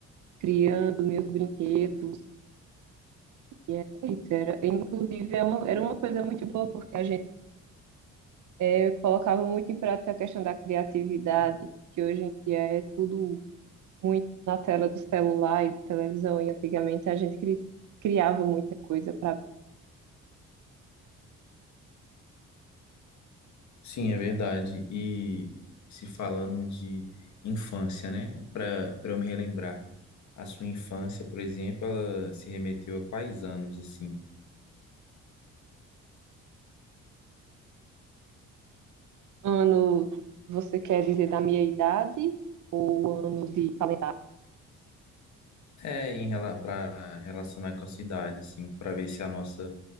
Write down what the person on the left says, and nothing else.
Sim, é verdade. E se falando de infância, né, para para eu me relembrar, a sua infância, por exemplo, ela se remeteu a quais anos assim?
É, em para relacionar com a cidade, assim, para ver se a nossa